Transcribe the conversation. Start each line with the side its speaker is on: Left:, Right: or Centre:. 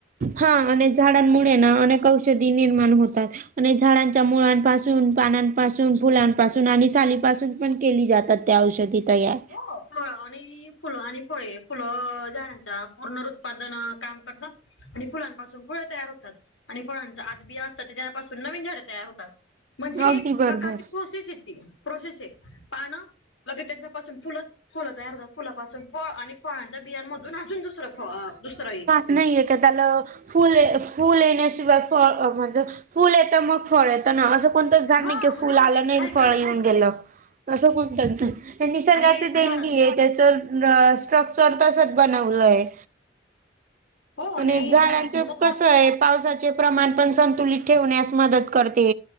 Right: हा आणि झाडांमुळे ना अनेक औषधी निर्माण होतात आणि झाडां मुळांपासून पानांपासून फुलांपासून आणि सालीपासून केली जातात त्या औषधी तयार
Left: हो फळ आणि फुलं आणि फळे फुलं झाडांचा पुर्नरत्पादन काम करतात. आणि फुलांपासून फुळे तयार होतात आणि फळांच आतबिया असतात ते तेच्यापासून नवीन झाडे तयार होतात. म्हणजे
Right: अगदी
Left: एक
Right: बरोबर
Left: प्रकारची प्रोसेस य त प्रोसेसये पान लगे त्यांचा पासून फुल फुल तयार होतात फुला पासून फळ आणि फळांच्या बियांमध्ये पण अजून दुसरं दुसरं
Right: नाही एखाद्याला फुल फुल येण्याशिवाय फ म्हणजे फूल येत मग फळ येत ना असं कोणतच जाण
Left: हा
Right: नाही कि
Left: मग
Right: फुल
Left: ते सांगते
Right: आलं नाही
Left: सायकल
Right: फळ
Left: आहे
Right: येऊन
Left: ती
Right: गेलं. असं कोण कर नाही निसर्गाचे
Left: आणि
Right: देण
Left: झाड
Right: गी आहे त्याच स्ट्रक्चर तसच बनवलंय.
Left: हो
Right: मआणि
Left: आणि
Right: झाडांच
Left: झाडांचे ना
Right: कसं
Left: दोन
Right: आहे पावसा प्रमाण संतुलित ठेवण्यास मदत करते